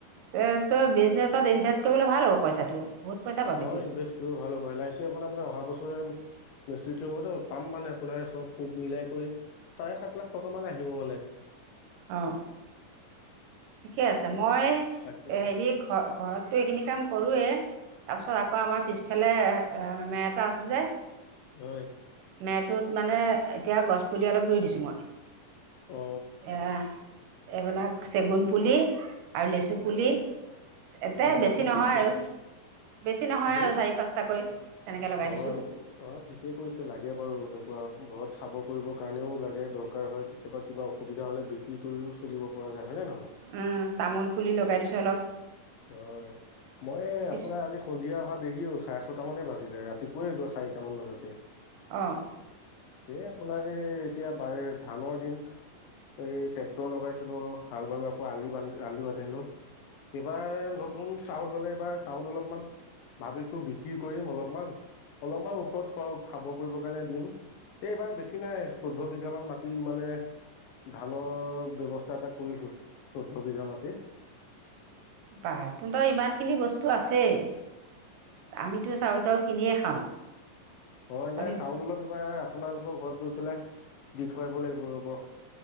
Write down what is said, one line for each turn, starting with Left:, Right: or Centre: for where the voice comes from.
Right: এই, তই বিজনেচত ইনভেষ্ট কৰিবলে ভাল হ'ব পইচাটো বহুত পইচা পাবিতো
Left: অ ইনভেষ্ট কৰি ভাল হব, এল আই চিও আপোনাৰ মানে অহা বছৰ মিচিউটি হ'বতো পাম মানে আপোনাৰ চব সুদ মিলাই কৰি চাৰে সাত লাখ টকা মান আহিব মানে
Right: অ ঠিকে আছে। মই হেৰি,
Left: তাকে
Right: ঘ ঘৰতটো এইখিনি কাম কৰোৱে তাৰ পিছত, আকৌ আমাৰ পিছফালে মে এটা আছে যে
Left: অ
Right: মেটোত মানে, এতিয়া গছপুলি অলপ ৰুই দিছোঁ মই।
Left: অ
Right: এৰা, এইবিলাক পুলি আৰু লেচু পুলি এতে
Left: নাই নাই
Right: বেছি
Left: ঠিকেই
Right: নহয়
Left: কৈছে
Right: আৰু বেছি নহয়
Left: মোৰ
Right: আৰু
Left: অ
Right: চাৰি পাঁচটাকৈ তেনেকে লগাই দিছোঁ
Left: অ ঠিকেই কৰিছে লাগে বাৰু এনেকুৱা ঘৰত। খাব কৰিবৰ কাৰণেও লাগে দৰকাৰ হয় কেতিয়াবা কিবা অসুবিধা হ'লে বিক্ৰী কৰিও চলিব পৰা যায়। হয় নে নহয়?
Right: উ তামোল পুলি লগাই দিছো অলপ।
Left: হয় মই
Right: পিছ
Left: আপোনাৰ আজি সন্ধিয়া অহা দেৰিয়ে হৈ? চাৰে ছটা মানে বাজিলে ৰাতিপুৱাই যোৱা চাৰিটা মান বাজাতে?
Right: অঁ
Left: এ আপোনাৰ এই এতিয়া ব ধানৰ দিন? এই ট্ৰেক্টৰ লগাইছিলো? হাল বালো আকৌ আলি বান্ধ আলি বান্ধিলো? তোমাৰ। নতুন চাউল হ'লে এইবাৰ চাউল অলপমান ভাবিছো বিক্ৰী কৰিম অলপমান। অলপমান ওচৰত খোৱা? খাব কৰিবৰ কাৰণে দিম। এইবাৰ বেছি নাই? চৈধ্য বিঘামান মাটি মানে ধানৰ ব্যৱস্থা এটা কৰিছো চৈধ্য বিঘা মাটি।
Right: বাহ তহতৰ ইমানখিনি বস্তু আছেই আমিতো চাউল তাউল কিনিয়ে খাওঁ।
Left: হয় নাই
Right: আমি
Left: চাউল খাবলৈ লোহাৰ। আপোনালোকৰ ঘৰত গৈ পেলাই দি থৈ আহিব লাগিব ৰ'ব